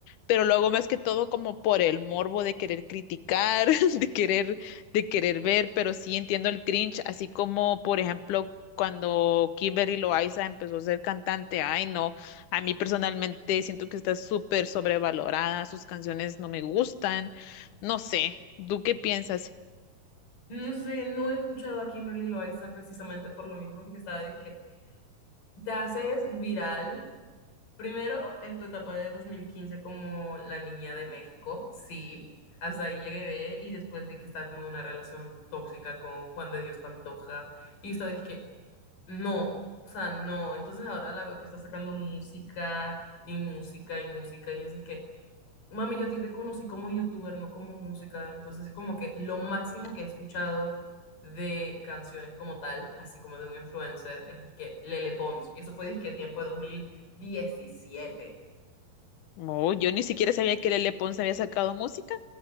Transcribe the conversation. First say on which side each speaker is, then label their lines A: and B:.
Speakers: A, on the left; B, on the left.
A: pero lo hago más que todo como por el morbo de querer criticar, <laughs> de querer, de querer ver, pero sí entiendo el cringe, así como por ejemplo cuando Kimberly Loaiza empezó a ser cantante, ay no, a mí personalmente siento que está súper sobrevalorada, sus canciones no me gustan, no sé, ¿tú qué piensas?
B: No sé, no he escuchado a Kimberly Loaiza precisamente por lo mismo, porque estaba que te haces viral primero en tu etapa de 2015 como la niña de México, sí. Hasta ahí llegué ve, y después vi que estaba como en una relación tóxica con Juan de Dios Pantoja y estaba que no, o sea, no. Entonces ahora la veo que está sacando música y música y música y así es que Mami, yo a ti te conocí como youtuber, no como música, entonces es como que lo máximo que he escuchado de canciones como tal, así como de un influencer, es que Lele Pons, y eso fue disque tiempo de dos mil diecisiete
A: No, yo ni siquiera sabía que Lele Pons había sacado música.